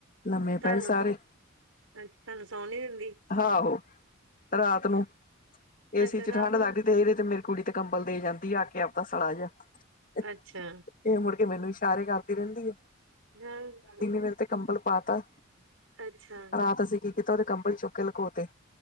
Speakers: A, on the left; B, on the right.
A: ਲੰਮੇ
B: ਤੁਹਾਨੂੰ
A: ਪਏ ਸਾਰੇ
B: ਸੌ ਅੱਛਾ ਤੁਹਾਨੂੰ ਸੌਣ ਨੀ ਦਿੰਦੀ
A: ਆਹੋ ਰਾਤ ਨੂੰ ਏਸੀ
B: ਅੱਛਾ
A: 'ਚ ਠੰਢ
B: ਰਾਤ ਨੂੰ
A: ਲਗਦੀ, ਤੇ ਇਹ ਰਹੀ ਤੇ ਮੇਰੀ ਕੁੜੀ ਤੇ ਕੰਬਲ ਦੇ ਜਾਦੀ ਆ, ਆ ਕੇ ਆਪਦਾ ਸੜਾ ਜਹਾ
B: ਅੱਛਾ
A: ਇਹ ਮੁੜ ਕੇ ਮੈਨੂੰ ਇਸ਼ਾਰੇ ਕਰਦੀ ਰਹਿਦੀ ਆ।
B: ਹੂੰ।
A: ਮੇਰੇ ਤੇ ਕੰਬਲ ਪਾਤਾ
B: ਅੱਛਾ
A: ਰਾਤ ਅਸੀ ਕੀ ਕੀਤਾ ਉਹਦੇ ਕੰਬਲ ਚੁੱਕ ਕੇ ਲਕੋ ਤੇ